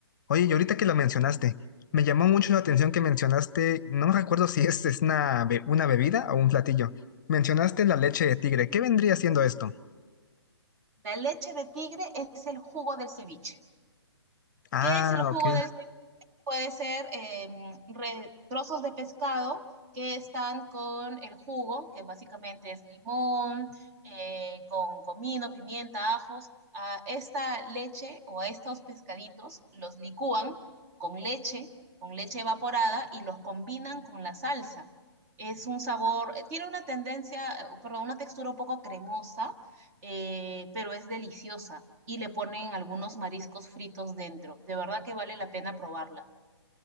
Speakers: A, on the left; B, on the right.
A: Oye, y ahorita que la mencionaste, me llamó mucho la atención que mencionaste, no me recuerdo si es, es una, be- una bebida o un platillo. Mencionaste la leche de tigre. ¿Qué vendría siendo esto?
B: La leche de tigre es el jugo del ceviche.
A: Ah,
B: ¿Qué es el jugo
A: ok.
B: del puede ser eh, re- trozos de pescado que están con el jugo, que básicamente es limón, eh, con comino, pimienta, ajos. A esta leche o a estos pescaditos los licúan con leche, con leche evaporada y los combinan con la salsa. Es un sabor, eh, tiene una tendencia, eh, perdón, una textura un poco cremosa, eh, pero es deliciosa. Y le ponen algunos mariscos fritos dentro. De verdad que vale la pena probarla.